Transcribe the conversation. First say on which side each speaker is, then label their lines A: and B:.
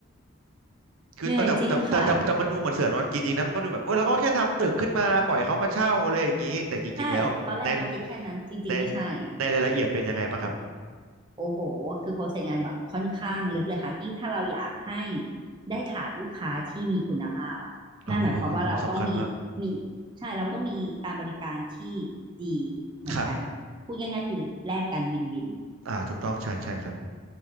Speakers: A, on the right; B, on the right.
A: คือเออแต่แต่แต่แต่แต่มันดูเหมือนเสือนอนกินจริงนะมันก็ดูแบบโอ้ยแล้วก็แค่ทำตึกขึ้นมาปล่อยเขามาเช่าอะไรอย่างนี้แต่จริงๆแล้วใน
B: เหนื่อยจริงค่ะ ใช่ ตอนแรกออยคิดแค่นั้น จริงๆ
A: ใน
B: ไม่ใช่
A: ในรายละเอียดเป็นยังไงบ้างครับ
B: โอ้โห คือโปรเซสงานแบบค่อนข้างลึกเลยค่ะ ยิ่งถ้าเราอยากให้ได้ฐานลูกค้าที่มีคุณภาพอ่ะนั่นหมายความว่าเราต้องมีมี
A: โอ้โหสำคัญมาก
B: ใช่ เราต้องมีการบริการที่ดีเหมือนกัน
A: ครับ
B: พูดง่ายๆ คือแลกกันวินวิน
A: อ่าถูกต้องใช่ใช่ครับ